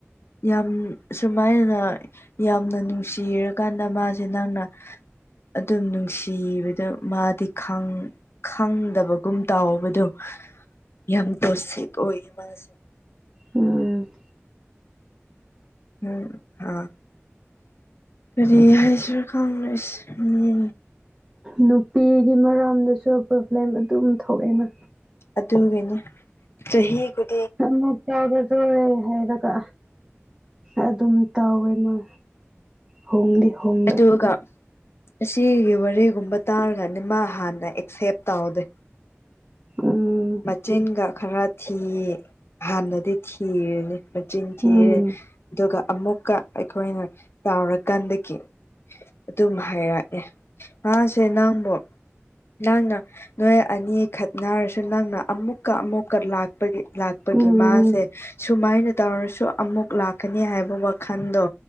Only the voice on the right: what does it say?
ꯎꯝ
ꯅꯨꯄꯤꯒꯤ ꯃꯔꯝꯗꯁꯨ ꯄ꯭ꯔꯣꯕ꯭ꯂꯦꯝ ꯑꯗꯨꯝ ꯊꯣꯛꯑꯦꯅ
ꯑꯃꯨꯛ ꯆꯥꯕ ꯊꯣꯛꯑꯦ ꯍꯥꯏꯔꯒ ꯑꯗꯨꯝ ꯇꯧꯋꯦ ꯃꯥ ꯍꯣꯡꯗꯤ ꯍꯣꯡ
ꯎꯝ
ꯎꯝ
ꯎꯝ